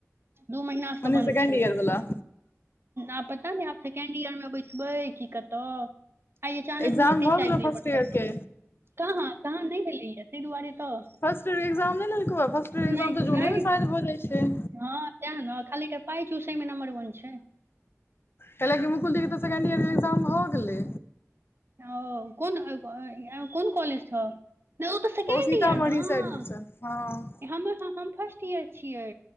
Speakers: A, on the right (about 45°); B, on the left (about 45°).
A: दू महिना से
B: मने
A: बन्द
B: सेकेंड
A: छलैया
B: ईयर वाला
A: आ पता नहि आ सेकेंड इयर मे बैसबे की कत आइ अचानक
B: एग्जाम
A: नोटिस
B: भऽ गेलौ
A: वाट्सप
B: फर्स्ट ईयर
A: पर
B: के
A: कहाँ कहाँ नहि भेलैय तहि दुआरे तऽ
B: फर्स्टयर एग्जाम नहि लेलको फर्स्टयर ए्जाम
A: नहि
B: तऽ जूने
A: नहि
B: मे शायद भ जै छै
A: हँ तैं ने खाली पाय चूसमे नम्बर वन छै
B: कैलाकि मुकुले तऽ सेकें्ड ईयर के ए्जाम हो गेलै
A: ओ कोन कोन कॉलज छ नहि ओ तऽ सेकें्ड
B: सीतामढ़ी
A: इयर न
B: साइड दिसन हँ
A: हम हम फर्स्ट ईयर छियै